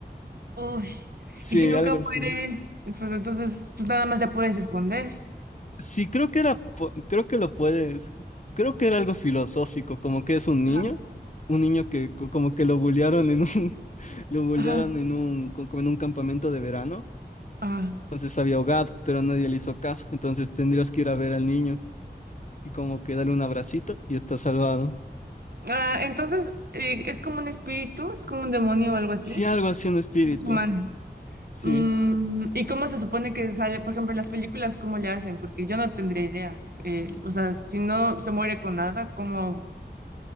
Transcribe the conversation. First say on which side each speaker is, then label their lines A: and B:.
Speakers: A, on the right (about 60°); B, on the left (about 45°).
A: Uy,
B: Sí,
A: y si nunca
B: algo
A: muere,
B: así.
A: pues entonces, pues nada más la puedes esconder.
B: Sí, creo que era, po- creo que lo puedes, creo que era algo filosófico, como que es un niño,
A: Ajá,
B: un niño que co- como que lo bullearon en un, <laughs> lo bullearon
A: ajá,
B: en un, co- como en un campamento de verano,
A: ajá.
B: entonces había ahogado, pero nadie le hizo caso, entonces tendrías que ir a ver al niño. y como que dale un abracito y está salvado.
A: Ah, entonces, eh, ¿es como un espíritu? ¿Es como un demonio o algo así?
B: Sí, algo así un espíritu,
A: No es humano.
B: sí.
A: Mm, ¿y cómo se supone que sale? Por ejemplo, en las películas, ¿cómo le hacen? Porque yo no tendré idea. Eh, o sea, si no se muere con nada, ¿cómo,